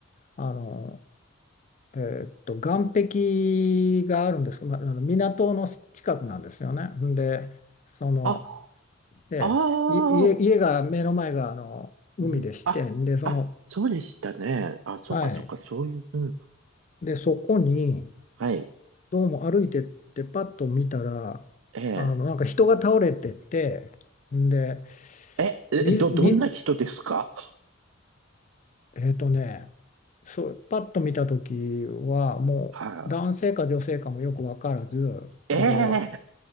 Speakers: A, on the left; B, on the right.
A: あの、えーっと、岸壁があるんですけど、まあ、あの港の近くなんですよね。んで、その、
B: あ、
A: でい家、
B: ああ、
A: 家が、目の前があの海でして、
B: うん。あ、
A: んで、その、
B: あ、そうでしたね。あ、そっかそっか、
A: はい。
B: そういう、うん。
A: で、そこに、
B: はい。
A: どうも歩いてって、パッと見たら、
B: ええ、
A: あの、なんか人が倒れてて、んで、
B: え、え、
A: み、
B: ど、どんな人ですか
A: み、えーっとね、そう、パッと見た時は、もう、
B: は
A: 男性か女性かもよくわからず、
B: い。
A: で、
B: ええ、